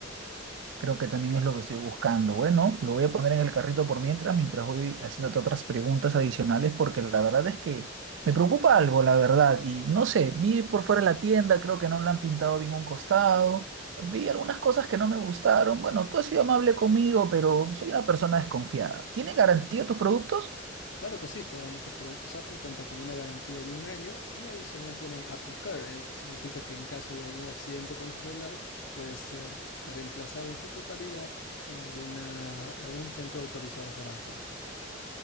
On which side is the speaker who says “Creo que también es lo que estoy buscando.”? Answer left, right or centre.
Right